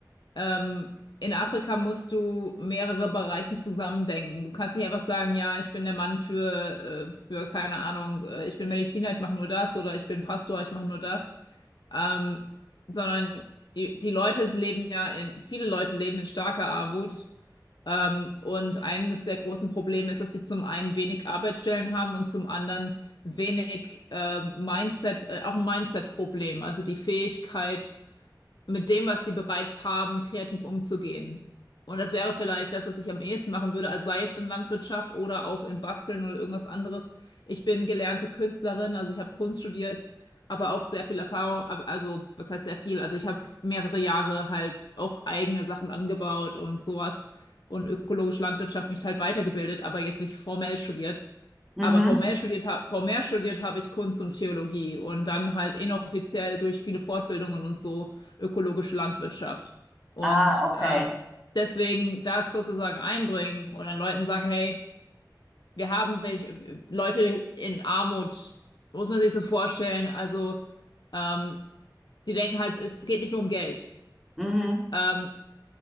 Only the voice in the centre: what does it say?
Mhm.
Ah, okay.
Mhm.